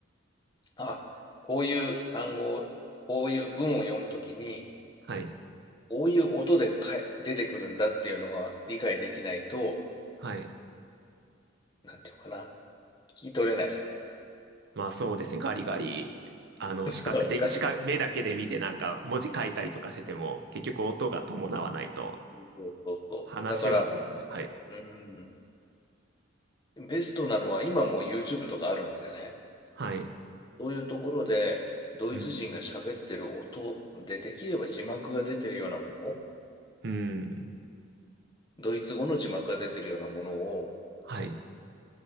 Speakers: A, on the left (about 20°); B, on the right (about 55°).
A: あ、こういう単語を、こういう文を読むときに、
B: はい。
A: こういう音でかえ出てくるんだっていうのが理解できないと、
B: はい。
A: なんていうのかな、聞き取れないじゃないですか。
B: まあそうですね。ガリガリ。あの、
A: <laughs>
B: 視覚的、
A: そう
B: 視覚、目だけで見てなんか文字書いたりとかしてても、結局音が伴わないと、
A: そうそうそうだから、
B: 話はできない。はい。
A: うん、ベストなのは今もう YouTube とかあるのでね、
B: はい。
A: そういうところでドイツ人が喋ってる音でできれば字幕が出てるようなもの、
B: うん。うん。
A: ドイツ語の字幕が出てるようなものを、
B: はい。